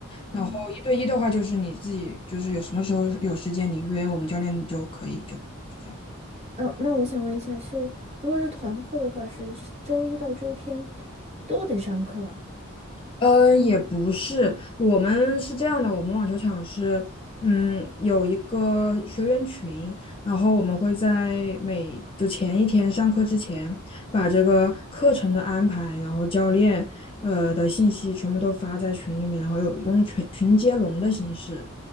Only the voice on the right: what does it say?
嗯，
嗯，那我想问一下是，如果是团课的话，是是周一到周天都得上课啊？